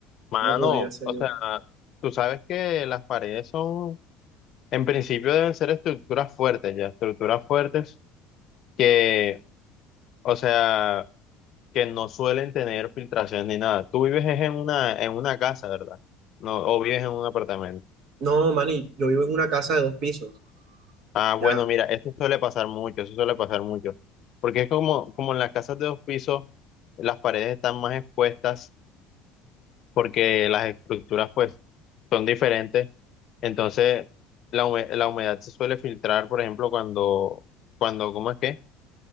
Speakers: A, on the left; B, on the right.
A: Mano,
B: cómo podría ser
A: o
B: yo?
A: sea, tú sabes que las paredes son En principio deben ser estructuras fuertes, ya, estructuras fuertes que, o sea, que no suelen tener filtraciones ni nada. Tú vives es en una, en una casa, ¿verdad? No, o vives en un apartamento.
B: No, Manny, yo vivo en una casa de dos pisos,
A: Ah, bueno,
B: ya,
A: mira, eso suele pasar mucho, eso suele pasar mucho. Porque es como, como en las casas de dos pisos, las paredes están más expuestas porque las estructuras, pues, son diferentes. Entonces, la hume- la humedad se suele filtrar, por ejemplo, cuando, cuando, ¿cómo es que?